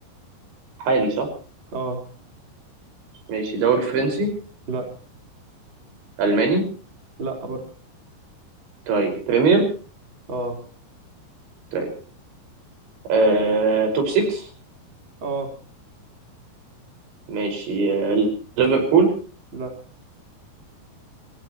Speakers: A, on the right; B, on the right.
A: حالي صح
B: اه
A: ماشي دوري فرنسي
B: لا
A: الماني
B: لا برضه
A: طيب بريمير
B: اه
A: طيب آه، توب 6
B: اه
A: ماشي آه، ليفربول
B: لا